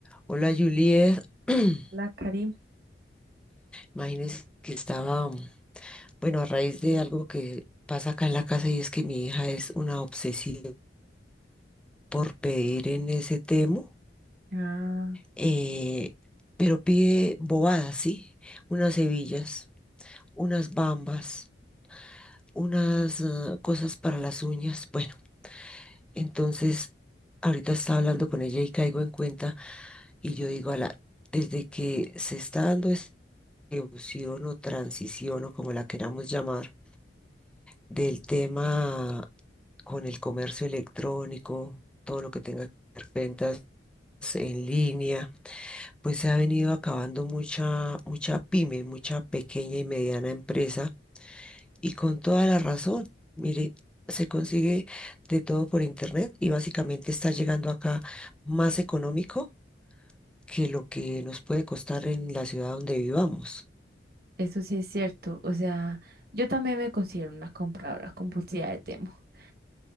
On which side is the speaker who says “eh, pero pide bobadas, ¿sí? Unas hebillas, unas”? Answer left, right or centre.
Centre